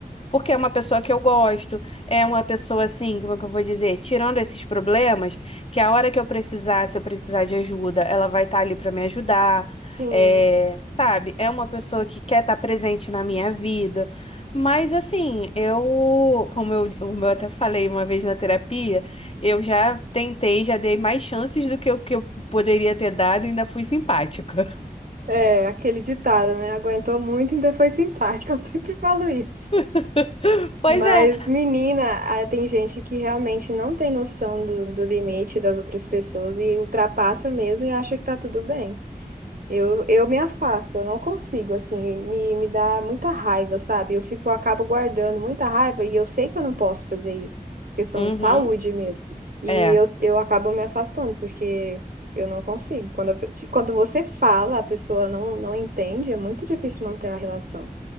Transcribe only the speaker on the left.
Porque é uma pessoa que eu gosto, é uma pessoa assim, como é que eu vou dizer, tirando esses problemas, que a hora que eu precisar, se eu precisar de ajuda, ela vai estar ali para me ajudar,
é, sabe? É uma pessoa que quer estar presente na minha vida. Mas assim, eu, como eu, como eu até falei uma vez na terapia, eu já tentei, já dei mais chances do que o que eu poderia ter dado e ainda fui simpática.
<laughs> Pois
é.
Uhum.
É.